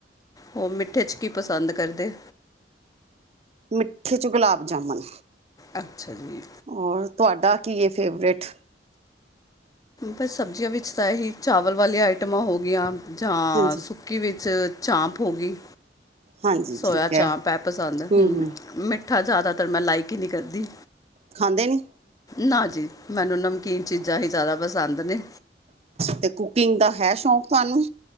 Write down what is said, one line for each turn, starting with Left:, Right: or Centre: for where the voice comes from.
Left: ਓ ਮਿੱਠੇ ਚ ਕੀ ਪਸੰਦ ਕਰਦੇ।
Right: ਮਿੱਠੇ ਚ ਗੁਲਾਬ ਜਾਮਨ,
Left: ਅੱਛਾ ਜੀ
Right: ਔਰ ਤੁਆਡਾ ਕੀ ਏ ਫੇਵਰੇਟ।
Left: ਬਸ ਸਬਜ਼ੀਆਂ ਵਿੱਚ ਤਾਂ ਏਹੀ ਚਾਵਲ ਵਾਲੀਆਂ ਆਈਟਮਾਂ ਹੋ ਗੀਆਂ ਜਾਂ
Right: ਹਾਂਜੀ
Left: ਸੁ ਸੁਕੀ ਵਿੱਚ ਚਾਂਪ ਹੋਗੀ,
Right: ਹਾਂਜੀ
Left: ਸੋਇਆ
Right: ਠੀਕ
Left: ਚਾਂਪ
Right: ਹੈ
Left: ਐ ਪਸੰਦ
Right: ਹਮ
Left: ਹੂੰ।
Right: ਹਮ
Left: ਮਿੱਠਾ ਜ਼ਿਆਦਾਤਰ ਮੈਂ ਲਾਈਕ ਹੀ ਨੀ ਕਰਦੀ।
Right: ਖਾਂਦੇ ਨੀ
Left: ਨਾ ਜੀ ਮੈਨੂੰ ਨਮਕੀਨ ਚੀਜ਼ਾਂ ਹੀ ਜ਼ਿਆਦਾ ਪਸੰਦ ਨੇ।
Right: ਤੇ ਕੁਕਿੰਗ ਦਾ ਹੈ ਸ਼ੌਕ ਤੁਹਾਨੂੰ?